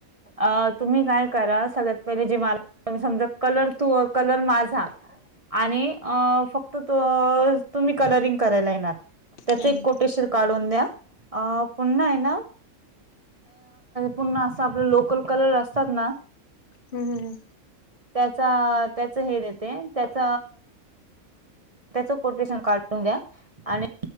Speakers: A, on the right; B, on the left.
A: अ तुम्ही काय करा सगळ्यात पहिले जे मला समजा कलर तू कलर माझा आणि फक्त त तुम्ही कलरिंग करायला येणार त्याच
B: हम्म
A: एक कोटेशन काढून द्या अ पुन्हा आहे ना पुन असं आप लोकल कलर असतात ना
B: हम हम हम
A: त्याचा त्याच हे येते त्याच त्याच कोटेशन काढून द्या आणि